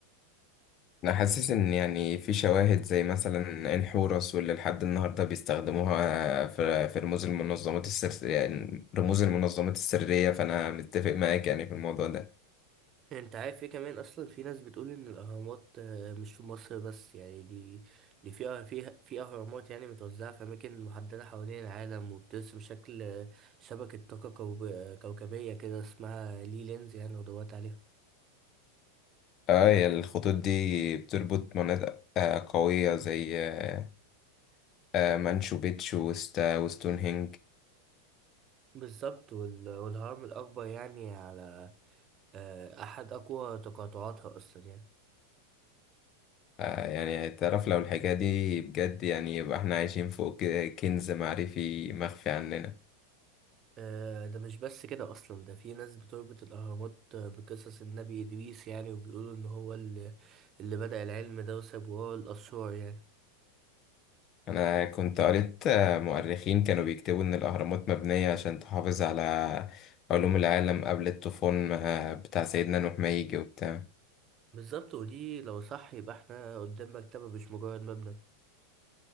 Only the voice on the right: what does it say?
أنت عارف إيه كمان أصلا في ناس بتقول إن الأهرامات آه، مش في مصر بس يعني دي دي فيها فيها في أهرامات يعني متوزعة في أماكن محددة حوالين العالم وبترسم شكل آه، شبكة طاقة كوب- آه، كوكبية كده اسمها لي لينز يعني ودورت عليها
بالظبط وال- والهرم الأكبر يعني على آه، أحد أقوى تقاطعاتها أصلا يعني
آه، ده مش بس كده أصلا ده في ناس بتربط الأهرامات بقصص النبي إدريس يعني وبيقولوا إن هو اللي, اللي بدأ العلم ده وساب وراه الأسرار يعني
بالظبط ودي لو صح يبقى احنا قدام مكتبة مش مجرد مبنى